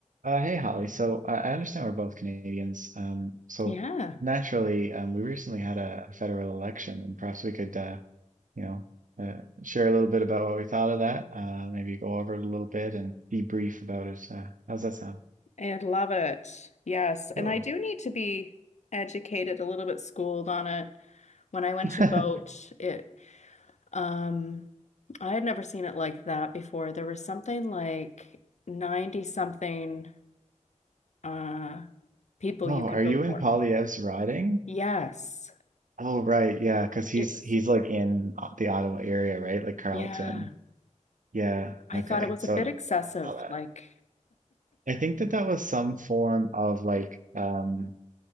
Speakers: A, on the right; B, on the left.
A: Uh, hey Holly, so I I understand we're both Canadians. Um, so
B: Yeah,
A: naturally, um, we recently had a, a federal election, and perhaps we could, uh, you know, uh, share a little bit about what we thought of that. Uh, maybe go over it a little bit and debrief about it. Uh, how's that sound?
B: I love it. Yes. And
A: Cool.
B: I do need to be educated, a little bit schooled on it. When I went
A: <laughs>
B: to vote, it um I had never seen it like that before. There was something like 90 something uh people
A: Oh,
B: you could
A: are you
B: vote
A: in
B: for.
A: Polyev's riding?
B: Yes.
A: Oh, right, yeah, because he's
B: It was
A: he's like in O- the Ottawa area, right? Like Carleton.
B: yeah.
A: Yeah.
B: I
A: Okay.
B: thought it was
A: So
B: a bit excessive.
A: I saw that.
B: Like,
A: I think that that was some form of like um